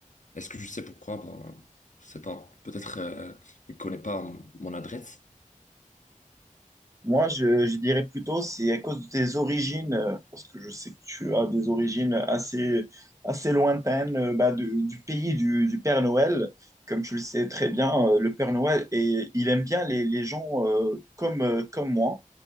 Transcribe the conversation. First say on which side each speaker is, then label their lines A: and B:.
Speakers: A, on the left; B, on the right.
A: Est-ce que je sais pourquoi? Ben, je sais pas. Peut-être euh, il connaît pas m- mon adresse.
B: Moi, je, je dirais plutôt, c'est à cause de tes origines, euh, parce que je sais que tu as des origines assez, assez lointaines, euh, bah, de- du pays du, du Père Noël. Comme tu le sais très bien, euh, le Père Noël, et il aime bien les, les gens euh, comme, euh, comme moi.